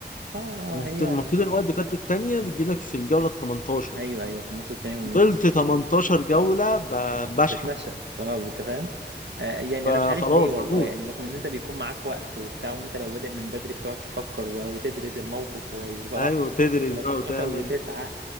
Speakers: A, on the right (about 80°); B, on the left (about 45°).
A: آه
B: المفروض
A: آه، هي
B: المفروض الوقت كارت التانية بتجيلك في الجولة ال 18
A: أيوه أيوه في النص التاني من الموسم
B: فضلت 18 جولة ب- بشحت
A: بتنشأ آه أنت فاهم؟ آه يعني
B: فخلاص
A: أنا مش عارف ليه والله
B: بموت
A: يعني رغم إن أنت بيكون معاك وقت وبتاع وأنت لو بادئ من بدري بتقعد تفكر و- وتدرس الموقف و- وصلاح
B: ايوه تدرس
A: 13
B: بقى وتعمل
A: و9